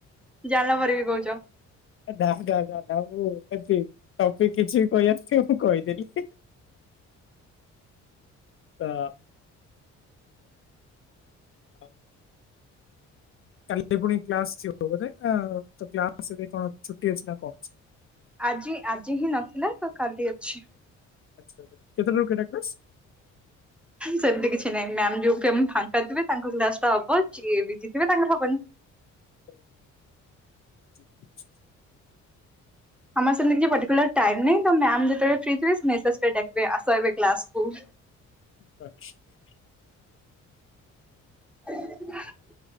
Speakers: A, in the centre; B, on the left.
A: ଜାଲ ପରେ ବି କହୁଚ।
B: ଦା ଦାଦା ଦା ମୁଁ ଏତି ଟପିକି କିଛି କହିଆସିଛି ମୁଁ କହିଦେଲି। ତ <unintelligible> ଆଉ <unintelligible> କାଲି ପୁଣି କ୍ଲାସ ଯିବ ବୋଧେ ତ କ୍ଲାସ ଏବେ କଣ ଛୁଟି ଅଛି ନା କଣ ଅଛି?
A: ଆଜି ଆଜି ହିଁ ନଥିଲା ତ କାଲି ଅଛି।
B: ଆଚ୍ଛା କେତେଟା ରୁ କେଟା କ୍ଲାସ?
A: ସେମିତି କିଛି ନାହିଁ ମ୍ୟାମ ଯୋଉ ଆମେ ଫାଙ୍କା ଥିବେ ତାଙ୍କୁ ବି ଲାଷ୍ଟ ଟା ହବ ଯିଏ ବିଜି ଥିବେ ତାଙ୍କୁ ହବନି।
B: ଅ <unintelligible>
A: ଆମର ସେମିତି କିଛି ପଟିକୁଲାର ଟାଇମ୍ ନାହିଁ ତ ମାମ ଫ୍ରି ଥିବେ ମେସେଜ କରିକି ଡାକିବେ ଆସ ଏବେ କ୍ଲାସ ହୋଉ।
B: ବ <unintelligible>
A: <inaudible>